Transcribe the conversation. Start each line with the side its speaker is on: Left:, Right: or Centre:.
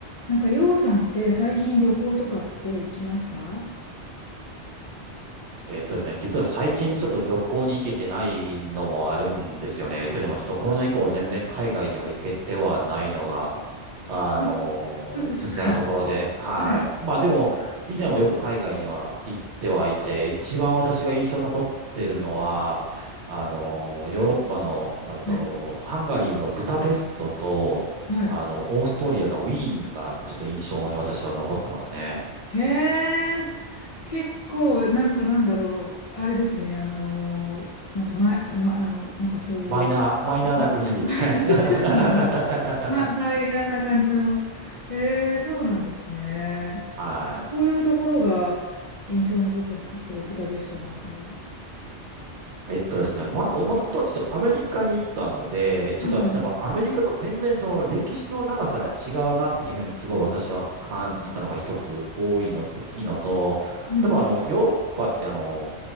Left: なんか、りょうさんって最近旅行とかって行きました
Right: えっとですね、実は最近ちょっと旅行に行けてないのもあるんですよね。というのもちょっとコロナ以降全然海外には行けてはないのが、あのー実際のところで、
Left: うんそっかそっか。は
Right: はい。
Left: い。
Right: まあでも、以前もよく海外には行ってはいて、一番私が印象残ってるのは、あのーヨーロッパの、えっと、
Left: はい。
Right: ハンガリーのブダペストと、
Left: はい。
Right: あの、オーストリアのウィーンがちょっと印象に私は残ってますね。
Left: へえ、結構、なんかなんだろう。あれですね、あのーなんか前、ま、あの、なんかそういう、
Right: マイナー、
Left: <laughs> ち
Right: マイナーな国ですかね。
Left: ょっ
Right: <laughs>
Left: と待ってま、マイヤーな感じの、へえ、そうなんですね。
Right: はい。
Left: こういうところが印象に残ったんですか例えば、ブダペストなんかは。
Right: えっとですね、ま、もともと私アメリカに行ったので、ちょっとやっぱアメリカと全然その歴史の長さが違うなっていうふうにすごい私は感じたのが一つ多いの、
Left: うん。
Right: 大きいのと、
Left: うんうん
Right: やっぱあのヨーロッパってあの、